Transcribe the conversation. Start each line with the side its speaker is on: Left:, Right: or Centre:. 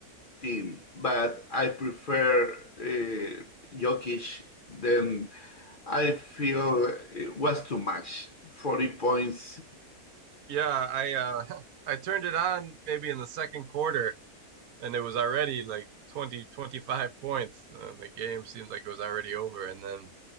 Left: team, but I prefer uh, Jokic. Then I feel it was too much. 40 points.
Right: Yeah, I uh, <laughs> I turned it on maybe in the second quarter, and it was already like 20 25 points and the game seems like it was already over and then